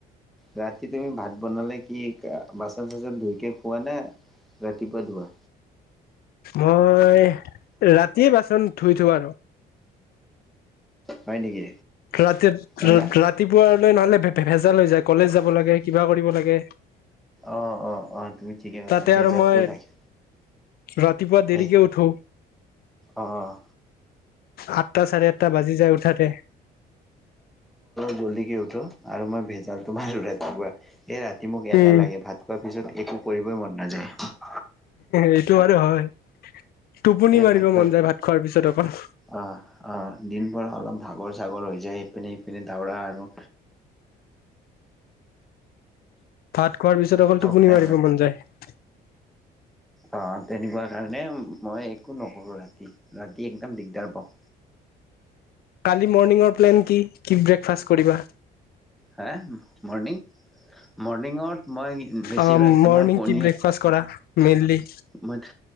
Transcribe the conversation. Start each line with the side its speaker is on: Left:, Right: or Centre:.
Centre: ৰাতি তুমি ভাত বনালে কি বাচন চচন ধুইকে খোৱা নে ৰাতিপুৱা ধোৱা
Left: মই ৰাতিয়ে বাচন ধুই থো আৰু
Centre: হয় নেকি
Left: ৰাতি
Centre: এলা
Left: ৰাতিপুৱালৈ নহলে ভেজালৈ যায় কলেজ যাব লাগে কিবা কৰিব লাগে
Centre: অ অ অ তুমি ঠিকে ক'লো
Left: তাতে
Centre: বেজালটোও
Left: আৰু মই
Centre: ৰাাকে
Left: ৰাতিপুৱা দেৰিকে
Centre: বে
Left: উঠো
Centre: অঁ
Left: আঠটা চাৰে আঠটা বাজি যায় উঠতে
Centre: জল্দি কেউঠো আৰু মই ভেজাল তোমাৰ ৰাতিপুৱা এই ৰাতি মোক এলাহ
Left: উম
Centre: লাগে ভাত খোৱাৰ পিছত একো কৰিবই মন নাযায়
Left: এইটো বাৰু হয় <unintelligible> টোপনি
Centre: সেই
Left: মাৰিব
Centre: ভাত খোৱা
Left: মন যায় ভাত খোৱাৰ পিছত অকল
Centre: অ', অ', দিনভৰ অলপ ভাগৰ চাগৰ হৈ যায় ইপিনে ইপিনে দৌৰা আৰু
Left: ভাত খোৱাৰ পিছত অকল টোপনি
Centre: পাই
Left: মাৰিব মন যায়
Centre: আহ তেনেকুৱা কাৰণে মই একো নকৰোঁ ৰাতি ৰাতি একদম দিগদাৰ পাওঁ
Left: কালি মৰ্ণিঙৰ প্লেন কি ব্ৰেকফাষ্ট কৰিবা
Centre: সেই মৰ্নিং মৰ্ণিঙত মই বেছিভাগ
Left: অ মৰ্ণিং
Centre: তোমাৰ কণী
Left: কি ব্ৰেকফাষ্ট কৰা মেইনলি
Centre: মই